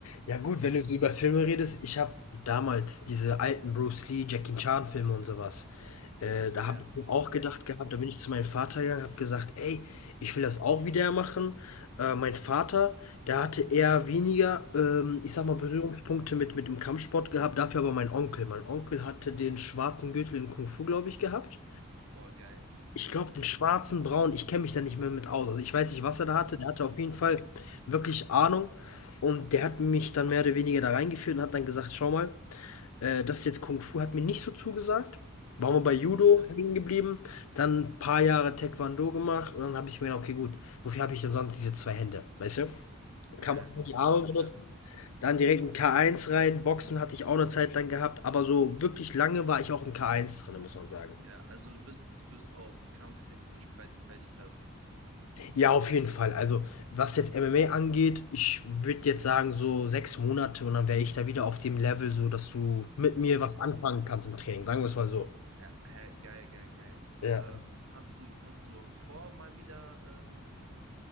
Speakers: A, on the left; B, on the right.
A: Ja gut,
B: Ja,
A: wenn du so über Filme redest, ich habe damals diese alten Bruce Lee, Jackie Chan Filme und sowas. Äh, da
B: ja.
A: habe ich mir auch gedacht gehabt, da bin ich zu meinem Vater gegangen, habe gesagt, ey, ich will das auch wieder machen. Äh, mein Vater, der hatte eher weniger, ähm, ich sag mal, Berührungspunkte mit, mit dem Kampfsport gehabt, dafür aber mein Onkel. Mein Onkel hatte den schwarzen Gürtel in Kung Fu, glaube ich, gehabt.
B: boah, geil.
A: Ich glaube, den schwarzen, Braun. ich kenne mich da nicht mehr mit aus. Also, ich weiß nicht, was er da hatte.
B: Ja.
A: Der hatte auf jeden Fall wirklich Ahnung und der hat mich dann mehr oder weniger da reingeführt und hat dann gesagt: „Schau mal, äh, das ist jetzt Kung Fu“, hat mir nicht so zugesagt. Waren wir bei Judo
B: Ja,
A: hängen geblieben, dann ein paar Jahre Taekwondo gemacht und dann habe ich mir gedacht: „Okay, gut, wofür habe ich denn sonst diese 2 Hände?“ Weißt du?
B: <laughs>
A: Kann man nur die Arme
B: Ja,
A: benutzen.
B: klar.
A: Dann direkt ein K1 rein. Boxen hatte ich auch eine Zeit lang gehabt, aber so wirklich lange war ich auch in K1 drin, muss man sagen.
B: Ja, also du bist, du bist auch kampftechnisch breit gefächert.
A: Ja, auf jeden Fall. Also, was jetzt MMA angeht, ich würde jetzt sagen, so sechs Monate und dann wäre ich da wieder auf dem Level, so dass du mit mir was anfangen kannst im Training. Sagen wir es mal so.
B: Ja, hä, geil, geil, geil.
A: Ja,
B: Äh, hast du, hast du vor, mal wieder ähm,